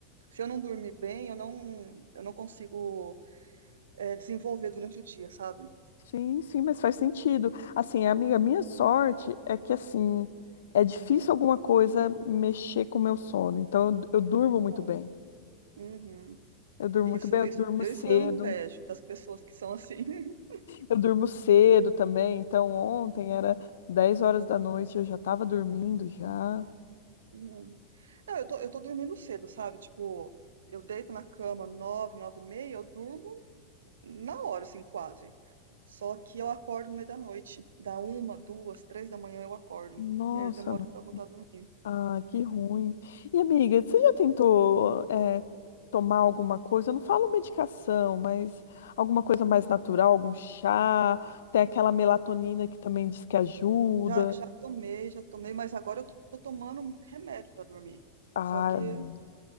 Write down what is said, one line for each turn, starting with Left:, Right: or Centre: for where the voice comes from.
Right: se eu não dormir bem, eu não, eu não consigo, é, desenvolver durante o dia, sabe?
Left: Sim, sim, mas faz sentido. Assim, amiga, a minha sorte é que, assim, é difícil alguma coisa mexer com o meu sono. Então, eu, eu durmo muito
Right: Bom,
Left: bem.
Right: uhum.
Left: Eu durmo
Right: Isso,
Left: muito bem, eu
Right: isso,
Left: durmo
Right: isso
Left: cedo.
Right: eu invejo das pessoas que são assim. <laughs>
Left: Eu durmo cedo também. Então, ontem era 10 horas da noite, eu já estava dormindo já.
Right: Hum. Não, eu tô, eu tô dormindo cedo, sabe? Tipo, eu deito na cama nove, nove e meia, eu durmo na hora, assim, quase. Só que eu acordo no meio da noite. da uma, duas, três da manhã eu acordo.
Left: Nossa,
Right: E aí eu demoro pra voltar a dormir.
Left: Ah, que ruim. E amiga, você já tentou eh, tomar alguma coisa? Eu não falo medicação, mas alguma coisa mais natural, algum chá? Tem aquela melatonina que também diz que ajuda.
Right: Já, já tomei, já tomei, mas agora eu tô, tô tomando remédio pra dormir.
Left: Ah,
Right: Só que
Left: amiga.